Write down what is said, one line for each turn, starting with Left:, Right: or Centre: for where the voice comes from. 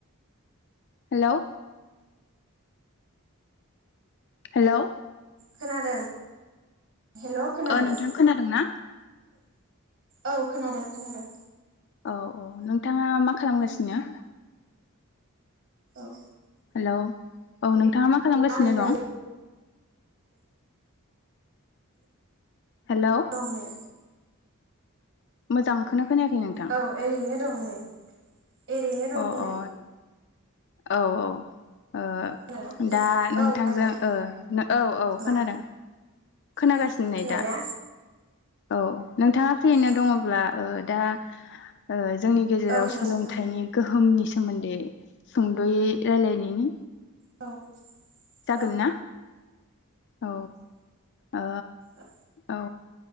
Left: Hello hello.
Right: खोनादों। Hello खोनादों
Left: ओ नोंथां खोनादों ना?
Right: औ खोनादों खोनादों।
Left: औ औ नोंथाङा मा खालामगासिनो।
Right: औ।
Left: हेल' औ नोंथाङा मा खालामगासिनो
Right: आं ओरैनो
Left: दं। हेल'।
Right: दं नै
Left: मोजांखोनो खोनायाखै नोंथां।
Right: औ ओरैनो दं नै एरैनो दं
Left: अ
Right: नै।
Left: अ औ औ। ओ
Right: खोनादों
Left: दा नोंथांजों
Right: औ खोनादों
Left: ओ औ औ खोनादों।
Right: मा
Left: खोनागासिनो
Right: औ
Left: नै
Right: खोनाबायना
Left: दा। औ नोंथाङा फ्रियैनो
Right: औ
Left: दङब्ला ओ दा ओ जोंनि गेजेराव
Right: खोनागासिनो
Left: सोलोंथाइनि गोहोमनि सोमोन्दै सुंद'यै रायलायनायनि।
Right: औ।
Left: जागोन
Right: औ
Left: ना? औ ओ
Right: औ
Left: औ